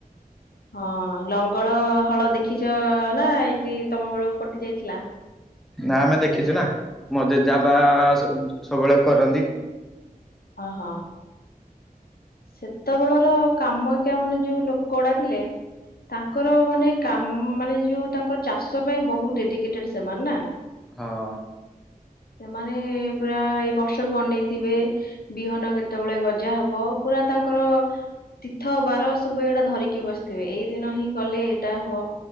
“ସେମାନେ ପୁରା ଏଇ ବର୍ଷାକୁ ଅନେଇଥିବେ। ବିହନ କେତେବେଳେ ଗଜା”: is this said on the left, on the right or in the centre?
Left